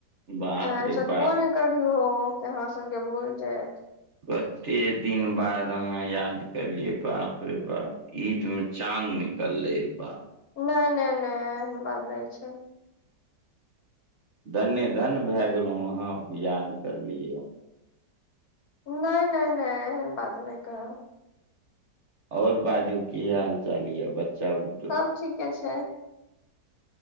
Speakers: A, on the right; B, on the left.
A: बाप
B: एहन
A: रे
B: सोचबो
A: बाप
B: नहि करियौ कि हमरा सबके भूल जायब।
A: कते दिन बाद अहां याद केलियै बाप रे बाप। ईद में चाँद निकललै बा
B: नहि नहि नहि एहन बात नहि छै।
A: धन्य धन्य भए गेलहु अहाँ याद करलियै।
B: नहि नहि नहि एहन बात नहि कहु।
A: और बाजू की हाल चाल यऽ बच्चा ब
B: सब ठीके छै।